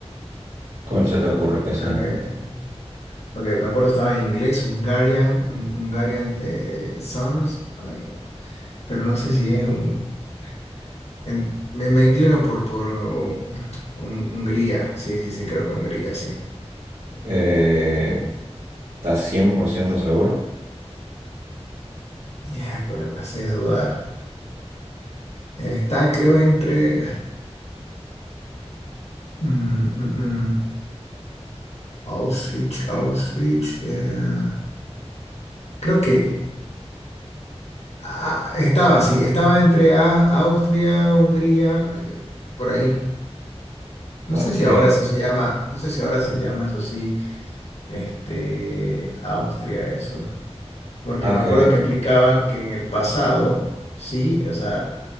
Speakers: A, on the right; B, on the left.
A: ¿Cuál se te ocurre que sea?
B: creo que- ok, me acuerdo estaba en inglés, Hungarian, Hungarian eh, Sons, ay, pero no sé si es Hungría En- me, me inclino por, por uh, Hun- Hungría, sí, sí, sí, creo que Hungría, sí.
A: Eh, ¿estás cien por ciento seguro?
B: Ya, cuál me haces dudar. Está, creo, entre mm, mm, mm, Auschwitz, Auschwitz. eh, creo que ah, estaba, sí, estaba entre A- Austria, Hungría, eh, por ahí. No
A: Ok,
B: sé si ahora eso se llama, no sé si ahora se llama eso sí, este, Austria, eso. Porque
A: ok,
B: me acuerdo que explicaban que en el pasado, sí, o sea,